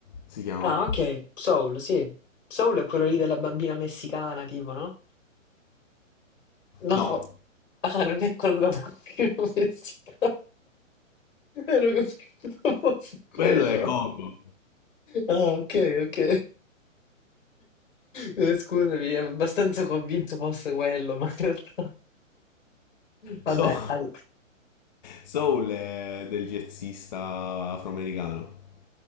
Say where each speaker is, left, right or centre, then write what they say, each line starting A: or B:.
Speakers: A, on the left; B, on the left.
A: si chiama.
B: Ah, ok, Soul, sì. Soul è quello lì della bambina messicana, tipo, no? No,
A: No,
B: ah, non è quello da bambino <laughs> messicano. Ero convinto fosse quello.
A: Quello è Coco.
B: Ah, ok, ok. Eh, Scusami, ero abbastanza convinto fosse quello, ma in realtà... Vabbè,
A: Soul,
B: all-
A: Soul è del jazzista afroamericano